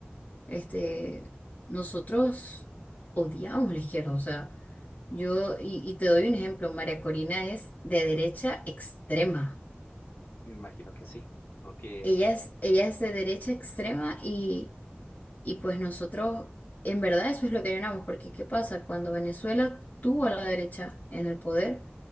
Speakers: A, on the left; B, on the left.
A: Este, nosotros odiamos la izquierda, o sea, yo, y, y te doy un ejemplo, María Corina es de derecha extrema.
B: Me Imagino que sí, porque
A: Ella es, ella es de derecha extrema y, y pues nosotros, en verdad, eso es lo que llenamos, porque ¿qué pasa? Cuando Venezuela tuvo a la derecha en el poder,